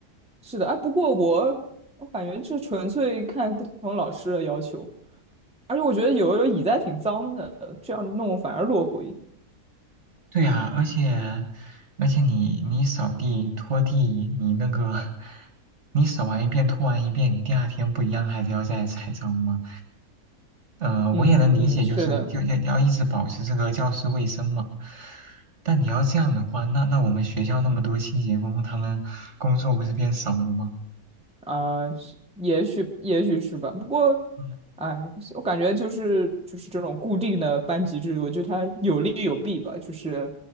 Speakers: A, in the centre; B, on the right.
A: 是的，哎，不过我我感觉这纯粹看不同老师的要求，而且我觉得有的时候椅子还挺脏的，这样弄反而落灰。
B: 对呀，而且而且你你扫地拖地，你那个你扫完一遍拖完一遍，你第二天不一样还是要再踩脏吗？呃，
A: 嗯嗯，
B: 我也能理解，
A: 是的，
B: 就是就要要一直保持这个教室卫生嘛。但你要这样的话，那那我们学校那么多清洁工，他们工作不是变少了吗？
A: 啊、是也许也许是吧。不过，
B: 嗯
A: 哎，我感觉就是就是这种固定的班级制度，我觉得它有利有弊吧。就是